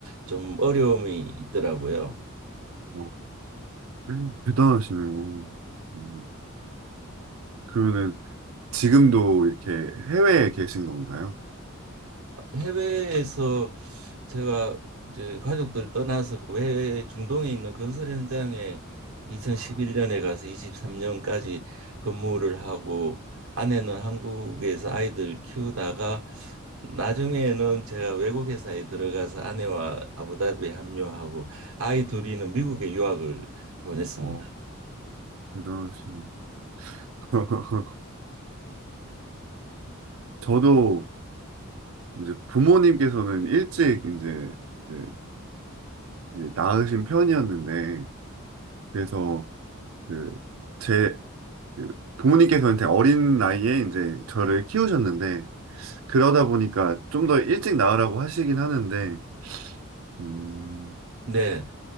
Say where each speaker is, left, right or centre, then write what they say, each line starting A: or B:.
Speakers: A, on the right; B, on the right.
A: 좀 어려움이 있더라고요.
B: 어, 음, 대단하시네요. 음, 그러면은 지금도 이렇게 해외에 계신 건가요?
A: 해외에서 제가 이제 가족들 떠나서 외 중동에 있는 건설 현장에 2011년에
B: 아,
A: 가서 23년까지 근무를 하고 아내는 한국에서 아이들 키우다가 나중에는 제가 외국 회사에 들어가서 아내와 아부다비에 합류하고 아이 둘이는 미국에 유학을 보냈습니다.
B: 어, 대단하시네요. <laughs> 저도 이제 부모님께서는 일찍 이제 이제 이제 낳으신 편이었는데, 그래서 그, 제, 그 부모님께서는 되게 어린 나이에 이제 저를 키우셨는데, 그러다 보니까 좀 더 일찍 낳으라고 하시긴 하는데, 음,
A: 네,